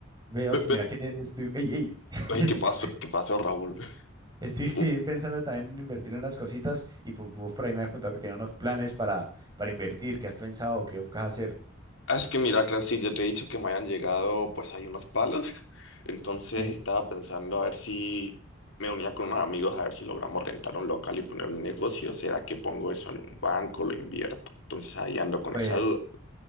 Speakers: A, on the right; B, on the left.
A: Veo,
B: Ve-
A: si mira
B: ve-
A: que estoy, ey, ey. <laughs>
B: Ey, ¿qué pasó? ¿Qué pasó, Raúl?
A: Estoy
B: Uh,
A: pensando también en invertir en unas cositas y pues vos por ahí me has contado que tenías unos planes para, para invertir, ¿qué has pensado, qué buscas hacer?
B: Es que mira, claro, si ya te he dicho que me hayan llegado, pues hay unos palos. <laughs> Entonces
A: Sí.
B: estaba pensando a ver si me unía con unos amigos, a ver si logramos rentar un local y poner un negocio. ¿Será que pongo eso en un banco, lo invierto? Entonces ahí ando con
A: Pues,
B: esa duda.